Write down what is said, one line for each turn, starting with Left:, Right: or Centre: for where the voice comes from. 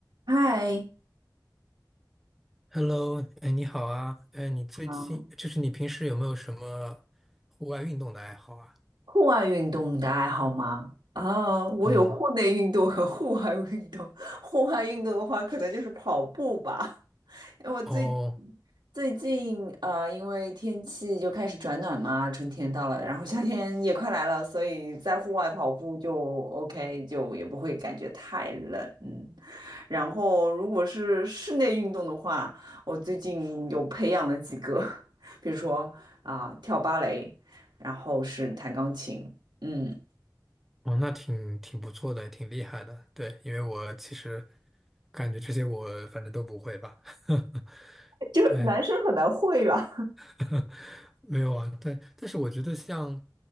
Right: 嗨，
Centre: Hello，哎，你好啊，哎，你最近就是你平时有没有什么户外运动的爱好啊？
Right: 嗯户外运动你的爱好吗？啊，我有户内运动和户外运动。
Centre: 嗯，
Right: <laughs> 户外运动的话，可能就是跑步吧。因为我最
Centre: 哦，
Right: 最近呃，因为天气就开始转暖嘛，春天到了，然后夏天也快来了，所以在户外跑步就 OK，就也不会感觉太冷。嗯，然后如果是室内运动的话，我最近有培养了几个，<laughs> 比如说啊、跳芭蕾，然后是弹钢琴。嗯，
Centre: 哦，那挺挺不错的，挺厉害的。对，因为我其实感觉这些我反正都不会吧。<laughs>
Right: 就男生很难会吧？
Centre: 对，<laughs> 没有啊，对，但是我觉得像